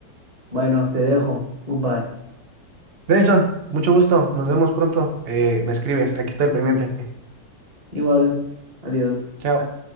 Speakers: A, on the right (about 25°); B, on the right (about 50°).
A: bueno, te dejo. Goodbye.
B: Nelson, mucho gusto, nos vemos pronto. Eh, me escribes, aquí estoy al pendiente.
A: Igual, adiós.
B: Chao.